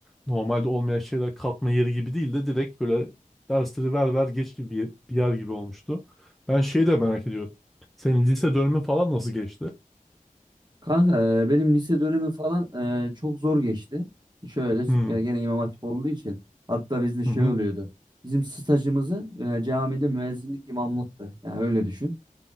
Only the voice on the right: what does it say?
Kanka e, benim lise dönemi falan e, çok zor geçti. Şöyle
e, gene İmam Hatip olduğu için hatta bizde şey
oluyordu. Bizim stajımızı e, camide müezzinlik imamlıktı. Yani öyle düşün.